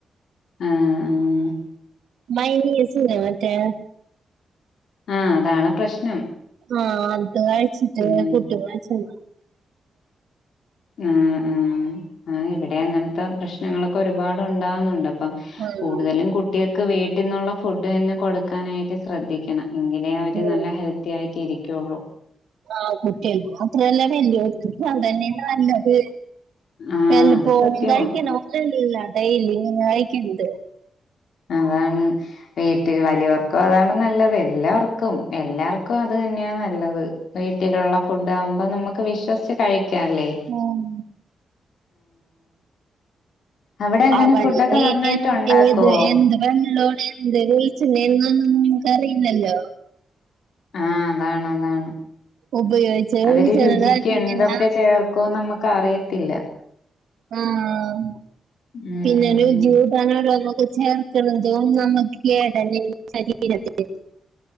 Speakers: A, on the left; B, on the right.
A: ആഹ് ആഹ്
B: മയനീസലെ മറ്റെ
A: ആഹ് അതാണ് പ്രശ്നം
B: ആഹ് അത്കഴിച്ചിട്ട്
A: ഉം
B: കുട്ടി മരിച്ചത്
A: ആഹ് ആഹ് ആ ഇവിടെ അങ്ങനത്തെ പ്രശ്നങ്ങളൊക്കെ ഒരുപാട് ഉണ്ടാവുന്നുണ്ട് അപ്പം
B: ആഹ്
A: കൂടുതലും കുട്ട്യേക്ക് വീട്ടിന്നുള്ള ഫുഡ്തന്നെ കൊടുക്കാനായിട്ട് ശ്രദ്ധി ക്കണം എങ്കിലേ അവര്
B: ഉം
A: നല്ല ഹെൽത്തിആയിട്ട് ഇരിക്കുള്ളൂ
B: ആഹ് കുട്ടിൾക്ക് മാത്രല്ല വല്യഓൽക്കും അതന്നെയാണ് നല്ലത്
A: ആഹ്
B: വല്ലപ്പോയും
A: അത് സത്യമാ
B: കഴിക്കണ മാതിരി അല്ല ഡയ്ലി കഴിക്കണത്
A: അതാണ് വീട്ടിൽ വലിയവർക്കും അതാണ് നല്ലത് എല്ലാവർക്കും എല്ലാർക്കും അത് തന്നെയ നല്ലത് വീട്ടിലുള്ള ഫുഡ് ആവുമ്പോ നമക്ക് വിശ്വസിച്ച് കഴി ക്കാല്ലേ
B: ഉം.
A: അവിടെ അങ്ങനെ
B: ആവല്ലേനി
A: ഫുഡൊക്കെ നന്നായിട്ട്
B: എന്ത്
A: ഉണ്ടാക്കുവോ
B: ഇത് എന്ത് വെള്ളോണ ഇന്തേ വെളിച്ച എന്നന്നും നമുക്ക് അറിയില്ലല്ലോ
A: ആഹ് അതാണ് അതാണ്
B: ഉപയോഗിച്ച്
A: അവര്
B: വിളിച്ചത്
A: രുചിക്ക്
B: തന്നെ
A: എന്തൊക്കെ
B: ഇങ്ങനെ
A: ചേർ ക്കോ നമക്ക് അറിയത്തില്ല
B: ആഹ്
A: ഉം
B: പിന്നെ രുചികൂട്ടാൻ ഓരോന്നൊക്കെ ചേർ ക്ക്ണതും നമ്മക്ക് കേടെന്നെണ് ശരീരത്തിന്